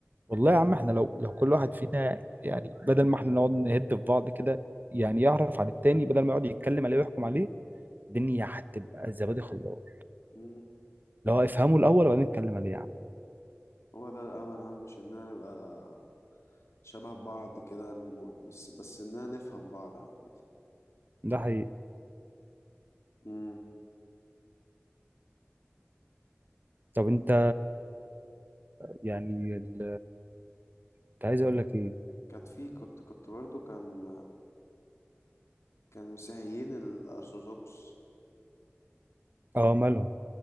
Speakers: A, on the right; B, on the left.
A: والله يا عم احنا لو لو كل واحد فينا يعني بدل ما احنا نقعد نهد في بعض كده يعني يعرف عن التاني بدل ما يقعد يتكلم عليه ويحكم عليه الدنيا هتبقى زبادي خلاص
B: مم.
A: لو افهمه الاول وبعدين نتكلم عليه يا عم
B: هو ده الامل يا عم مش اننا نبقى شبه بعض كده نمو- بس بس اننا نفهم بعض عامة
A: ده حقيقي
B: مم.
A: طب انت يعني ال... كنت عايز اقول لك ايه
B: كانت في كنت كنت برضو كان كان مسيحيين الأرثوذكس
A: اه مالهم